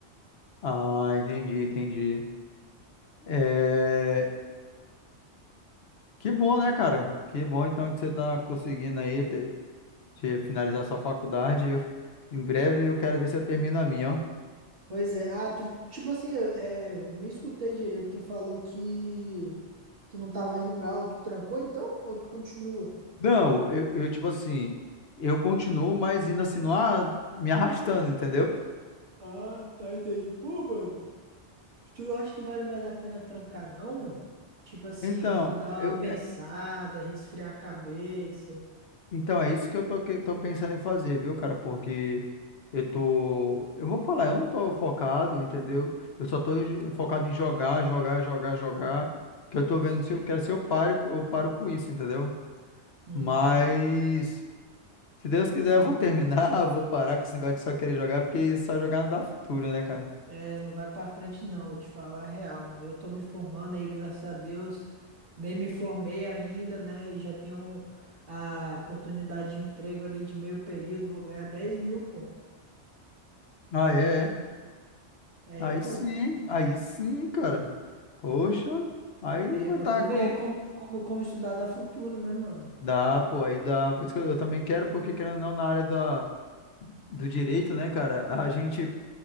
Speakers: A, on the left (about 60°); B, on the right (about 80°).
A: Ah, entendi, entendi. É... Que bom, né, cara? Que bom, então, que você tá conseguindo aí te- te finalizar sua faculdade. Eu- em breve eu quero ver se eu termino a minha, ó.
B: Pois é. Ah, tu, tipo assim, eu, é, nem escutei direito. Tu falou que que não tava indo pra aula. Tu trancou então? Ou tu continua?
A: Não, eu, eu, tipo assim, eu continuo, mas ainda assim, não a- me arrastando, entendeu?
B: Ah, tá, entendi. Pô, mano. Tu não acha que vale mais a pena trancar, não, mano? Tipo assim,
A: Então,
B: tu dá
A: eu,
B: uma pensada, resfriar a cabeça.
A: Então, é isso que eu tô, que- tô pensando em fazer, viu, cara? Porque eu tô. Eu vou falar, eu não tô focado, entendeu? Eu só tô j-
B: Aham.
A: focado em jogar, jogar, jogar, jogar. Que eu tô
B: Sim.
A: vendo se eu quero, se eu paro, eu paro com isso, entendeu?
B: Uhum.
A: Mas, se Deus quiser, eu vou terminar, <laughs> vou parar com esse negócio de só querer jogar, porque só jogar não dá futuro, né, cara?
B: É, não vai pra frente não, vou te falar a real, mano. Eu tô me formando aí, graças a Deus. Nem me formei ainda, né? E já tenho a oportunidade de emprego ali de meio período, vou ganhar 10 mil, pô.
A: Ah, é, é.
B: É,
A: Aí
B: pô.
A: sim, aí sim, cara. Poxa, aí
B: É,
A: vai
B: pra
A: estar
B: tu ver
A: com.
B: como, como, como estudar dá futuro, né, mano?
A: Dá, pô, aí dá. Por isso que eu eu também quero, porque querendo ou não, na área da. do direito, né, cara? A gente